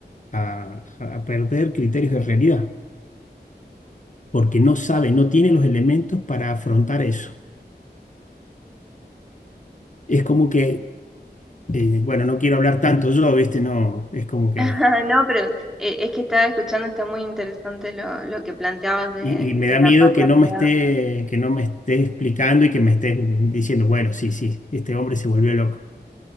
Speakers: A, on the left; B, in the centre.
A: a, a perder criterios de realidad, porque no sabe, no tiene los elementos para afrontar eso. Es como que eh, bueno, no quiero hablar tanto yo, ¿viste? No, es como
B: <laughs>
A: que...
B: Ajá, No, pero eh, es que estaba escuchando, está muy interesante lo, lo que planteabas de,
A: Y,
B: de
A: y me da
B: la
A: miedo
B: paternidad.
A: que no me esté, que no me esté explicando y que me esté diciendo, bueno, sí, sí, este hombre se volvió loco.